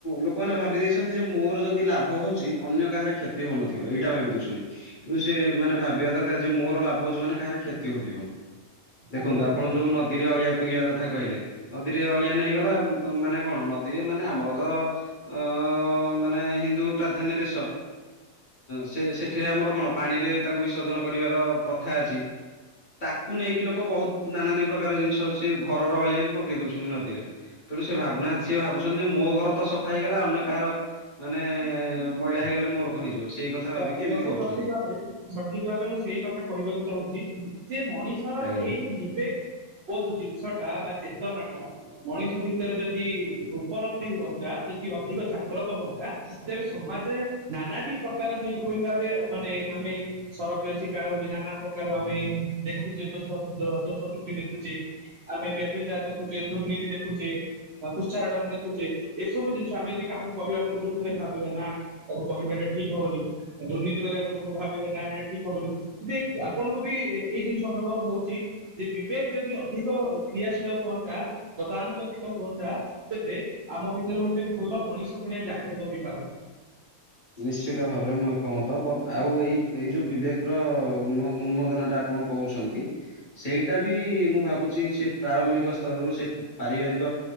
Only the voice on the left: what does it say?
ଲୋକମାନେ ଭାବି ଦେଇଛନ୍ତି ଯେ ମୋର ଯଦି ଲାଭ ହଉଛି ଅନ୍ୟ କାହାର କ୍ଷତି ହଉନଥିବ ଏଇଟା ଭାବି ଦଉଛନ୍ତି। କିନ୍ତୁ ସେ ମାନେ ଭାବିବା ଦରକାର ଯେ ମୋର ଲାଭ ହଉଛି ମାନେ କାହାର କ୍ଷତି ହଉଥିବ। ଦେଖନ୍ତୁ
ଆପଣ ଯୋଉ ନଦୀରେ ଅଳିଆ ଫିଙ୍ଗିବା କଥା କହିଲେ। ନଦୀରେ ଅଳିଆ ନେଇଗଲା ମାନେ କଣ ନଦୀରେ ମାନେ ଆମର ତ ଅ ମାନେ ହିନ୍ଦୁ ପ୍ରାଧାନ୍ୟ ଦେଶ ସେ ଏଠରେ ଆମର କଣ ପାଣିରେ ତାକୁ ବିସର୍ଜନ କରିବାର ପ୍ରଥା ଅଛି ତାକୁ ନେଇକି ଲ ବହୁତ ନାନା ଦି ପ୍ରକାର ଜିନିଷ ସେ ଘରର ଅଳିଆ ବି ପକେଇ ଦଉଛନ୍ତି ନଦୀରେ। ତେଣୁ ସେ ଭାବୁନାହାନ୍ତି ସି ଭାବୁଛନ୍ତି ଯେ ମୋ ଘର ତ ସଫା ହେଇଗଲା ଅନ୍ୟ କାହାର ମାନେ ମଇଳା ହେଇଗଲେ ମୋର କଣ ହେଇଯିବ ସେଇ କଥା
ଭାବିକି ଏମିତି କରୁଛନ୍ତି।
ଆଜ୍ଞା
ନିଶ୍ଚିତ ଭାବରେ ମୁଁ ଏକମତ ଆଉ ଏଇ ଏଇ ଯୋଉ ବିବେକର ଉନ୍ମୋଦନା ଟା ଆପଣ କହୁଛନ୍ତି। ସେଇଟା ବି ମୁଁ ଭାବୁଛି ସେ ପ୍ରାରମ୍ଭିକ ସ୍ତରରୁ ସେ ପାରିବାରିକ